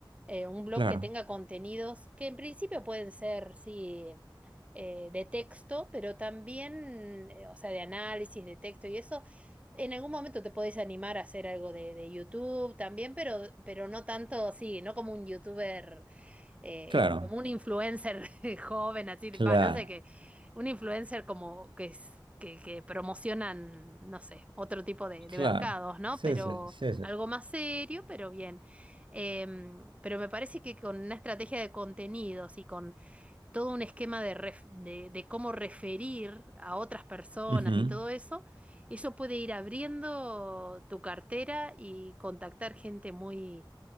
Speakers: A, on the right (about 15°); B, on the right (about 75°).
A: eh, un blog
B: claro,
A: que tenga contenidos que en principio pueden ser, sí eh, de texto, pero también, eh, o sea, de análisis de texto y eso. En algún momento te podés animar a hacer algo de, de YouTube también, pero, pero no tanto, sí, no como un YouTuber, eh,
B: claro,
A: como un influencer <laughs> joven, así, va,
B: claro,
A: no sé qué, un influencer como que es, que, que promocionan, no sé, otro tipo de,
B: claro.
A: de mercados, ¿no?
B: Sí,
A: Pero
B: sí, sí, sí.
A: algo más serio, pero bien. Em, pero me parece que con una estrategia de contenidos y con todo un esquema de, ref- de, de cómo referir a otras personas
B: Ujú,
A: y todo eso, eso puede ir abriendo tu cartera y contactar gente muy,